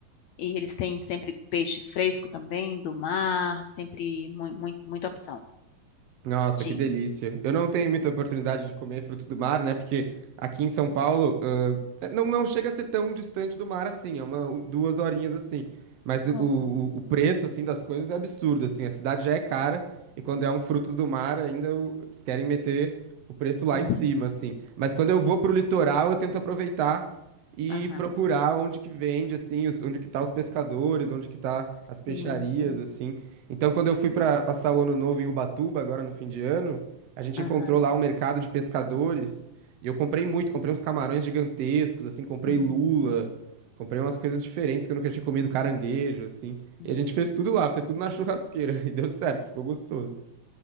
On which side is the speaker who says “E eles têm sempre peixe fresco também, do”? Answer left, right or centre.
Left